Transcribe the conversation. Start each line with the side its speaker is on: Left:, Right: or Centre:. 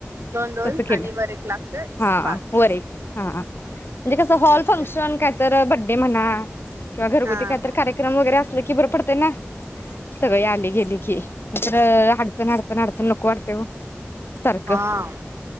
Right: दोन दोन
Left: तसं केलं
Right: आणि वर एक लास्ट आहे
Left: हा
Right: पाच
Left: वर एक हा म्हणजे कस हॉल
Right: ओके
Left: फंक्शन काय तर ते म्हणा ह <unintelligible> किं घरुती
Right: हा
Left: कातर
Right: हा
Left: कार्य्रम वगैर अस ककी बर पडतेे ना
Right: हम्म
Left: सगळे आले गेली की म्र अडचण अडचण अडचण नको वाटते सारखं
Right: हा